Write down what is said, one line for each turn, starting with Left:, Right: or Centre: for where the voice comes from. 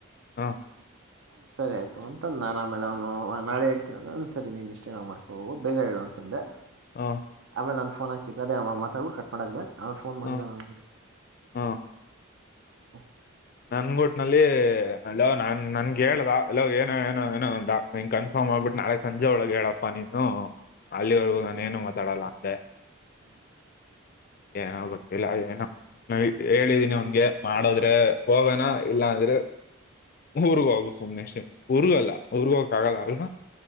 Left: ಹಾ
Right: ಹ್ಮ ಸರಿ ಆಯ್ತು ಒಂತಂದ ನಾನನ್ ಆಮೇಲೆ ಅವನು ನಾಳೆ ಒಂದ್ ಸರಿ ನೀನು ಇಷ್ಟೇ ನ ಮಾಡ್ಕೊಬೋು ಬೇಗ ಹೇಳುವ ಅಂತಂದೆ
Left: ಹ
Right: ಆಮೇಲೆ ನಾನನ್ ಫೋನ್ ಹಾಕಿದೆ ಅದೇ ಮಾತಾಡ ಕಟ್ ಮಾಡೆ ಅವ ಫನ್ ಮಾಡಿದಗೆ.
Left: ಹ್ಮ್ ಹ್ಮ್
Right: ಹ್ಮ
Left: ನನ್ಗುಟ್ನಲ್ಲಿ ಅಲ್ಲೋ ನಾನ್ ನನ್ಗೆ ಹೇಳ್ದ ಅಲ್ಲೋ ಏನೋ ಏನೋ ಏನೋ ಅಂದ ಕನ್ಫರ್ಮ. ಮಾಡ್ಬಿಟ್ಟು ನಾಳೆ ಸಂಜೆ ಒಳಗೆ ಹೇಳಪ್ಪಾ ನೀನು ಅಲ್ಲಿವರೆಗೂ ನಾನು ಏನು ಮಾತಾಡಲ್ಲ ಅಂದೆ.
Right: ಹ್ಮ್
Left: ಏನೋ ಗೊತ್ತಿಲ್ಲ ಏನೋ ಹೇಳಿದೀನಿ ಅವನ್ಗೆ ಮಾಡದ್ರೆ. ಹೋಗೋಣ ಇಲ್ಲಾ ಅಂದ್ರೆ ಊರ್ಗ ಹೋಗು ಸುಮ್ನೆ ಅಷ್ಟೇ. ಉರ್ಗಲ್ಲ ಉರ್ಗೋಕ್ಕ ಆಗಲ್ಲ ಅಲ್ವಾ.